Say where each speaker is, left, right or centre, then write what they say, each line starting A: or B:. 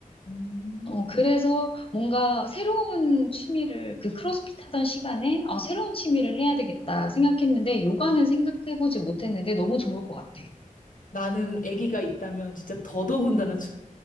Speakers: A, on the left; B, on the left.
A: 음.
B: 어, 그래서 뭔가 새로운 취미를, 그 크로스핏 하던 시간에, 아, 새로운 취미를 해야 되겠다 생각했는데, 요가는 생각해보지 못했는데, 너무 좋을 것 같아.
A: 나는 아기가 있다면 진짜 더더군다나 추,